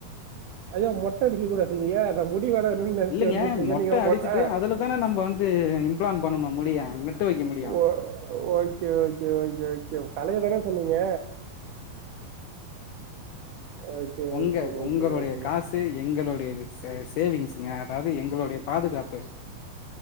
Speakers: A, on the right (about 80°); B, on the left (about 80°).
A: ஐயா மொட்ட அடிக்க கூடாதுங்யா அத முடி வளரணும்னு நினைச்சு
B: இல்லைங்க
A: வந்துட்டு இருக்கேன்
B: மொட்ட
A: நீங்க
B: அடிச்சுட்டு
A: மொட்டை
B: அதுல தானே நம்ப வந்து இம்ப்ளான் பண்ணனு முடிய வைக்க முடியு
A: ஓ ஓகே ஓகே ஓகே ஓகே தலைய தானே சொன்னீங்க
B: ஆ
A: ஓகே
B: ஒங்க
A: ஓகே ஓகே
B: ஒங்களுடைய
A: ஓகேங்க
B: காசு எங்களுடைய விஸ்வாஸ் தேவிங்ஸுங்க அதாது எங்களோடைய பாதுகாப்பு